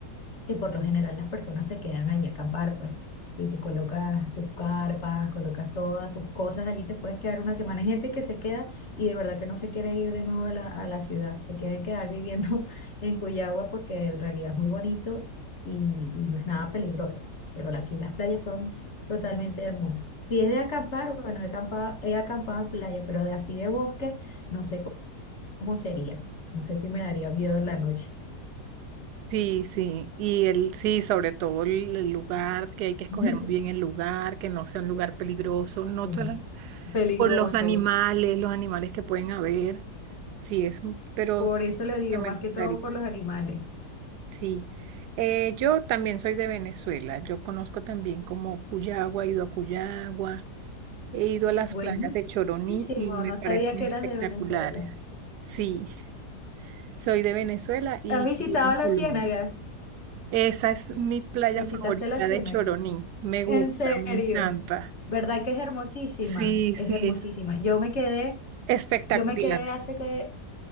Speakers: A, on the left; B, on the right.
A: que por lo general las personas se quedan allí a acampar, pues. Y tú colocas tus carpas, colocas todas tus cosas, allí te puedes quedar una semana. Hay gente que se queda y de verdad que no se quiere ir de nuevo a la, a la ciudad, se quieren quedar viviendo <laughs> en Cuyagua porque en realidad es muy bonito y, y no es nada peligroso. Pero aquí las playas son totalmente hermosas. Si es de acampar, bueno, he acampado, he acampado en playa, pero de así de bosque, no sé cómo sería. No sé si me daría miedo en la noche.
B: Sí, sí, y el, sí, sobre todo el, el lugar, que hay que escoger
A: <laughs>
B: muy bien el lugar, que no sea un lugar peligroso, no
A: Sí.
B: solo
A: Peligroso.
B: por los animales, los animales que pueden haber, sí, es, un- pero
A: Por eso le digo,
B: que me
A: más
B: gustaría,
A: que todo por los animales.
B: sí. Eh, yo también soy de Venezuela, yo conozco también como Cuyagua, he ido a Cuyagua, he ido a las
A: Buenísimo,
B: playas de Choroní y me
A: no
B: parecen
A: sabía que
B: espectaculares,
A: eras de Venezuela.
B: sí, soy de Venezuela y
A: ¿Has visitado
B: vivo en Colombia.
A: la Ciénaga?
B: Esa es mi playa
A: ¿Visitaste
B: favorita
A: la Ciénaga?
B: de Choroní. Me
A: En
B: gusta,
A: serio,
B: me encanta.
A: ¿verdad que es hermosísima?
B: Sí,
A: Es
B: sí,
A: hermosísima.
B: es
A: Yo me quedé,
B: espectacular.
A: yo me quedé hace que,